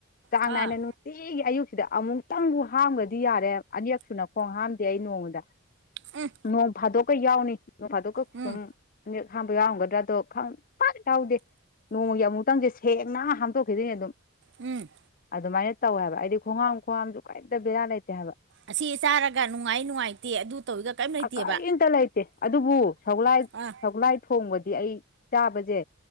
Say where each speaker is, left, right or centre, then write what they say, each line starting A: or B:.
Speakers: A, on the left; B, on the right.
A: ꯆꯥꯡ
B: ꯑꯥ
A: ꯅꯥꯏꯅ ꯅꯨꯡꯇꯤꯒꯤ ꯑꯌꯨꯛ ꯁꯤꯗ ꯑꯃꯨꯛꯇꯪꯕꯨ ꯍꯥꯝꯒꯗꯤ ꯌꯥꯔꯦ ꯑꯅꯤꯔꯛꯁꯨꯅ ꯈꯣꯡ ꯍꯥꯝꯗꯦ ꯑꯩ ꯅꯣꯡꯃꯗ
B: ꯎꯝ
A: ꯅꯣꯡ ꯐꯥꯗꯣꯛꯀ ꯌꯥꯎꯅꯤ ꯅꯣꯡ ꯐꯥꯗꯣꯛꯀ
B: ꯎꯝ
A: ꯁꯨꯝ ꯑꯅꯤꯔꯛ ꯍꯥꯝꯕ ꯌꯥꯎꯔꯝꯒꯗ꯭ꯔꯥꯗꯣ ꯈꯪ ꯄꯥꯛ ꯇꯧꯗꯦ ꯅꯣꯡꯃꯒꯤ ꯑꯃꯨꯃꯨꯛꯇꯪꯁꯦ ꯁꯦꯡꯅ ꯍꯥꯝꯇꯣꯛꯈꯤꯗꯣꯏꯅꯦ ꯑꯗꯨꯝ
B: ꯎꯝ
A: ꯑꯗꯨꯃꯥꯏꯅ ꯇꯧꯋꯦ ꯍꯥꯏꯕ ꯑꯩꯗꯤ ꯈꯣꯡꯍꯥꯝ ꯈꯨꯍꯥꯝꯁꯨ ꯀꯔꯤꯝꯇ ꯕꯦꯔꯥ ꯂꯩꯇꯦ ꯍꯥꯏꯕ
B: ꯑꯁꯤ ꯆꯥꯔꯒ ꯅꯨꯡꯉꯥꯏ ꯅꯨꯡꯉꯥꯏꯇꯦ ꯑꯗꯨ ꯇꯧꯋꯤꯒ ꯀꯔꯤꯝ ꯂꯩꯇꯦꯕ
A: ꯑ ꯀꯔꯤꯝꯇ ꯂꯩꯇꯦ ꯑꯗꯨꯕꯨ ꯁꯒꯣꯜꯂꯥꯏ
B: ꯑꯥ
A: ꯁꯒꯣꯜꯂꯥꯏ ꯊꯣꯡꯕꯗꯤ ꯑꯩ ꯆꯥꯕꯖꯦ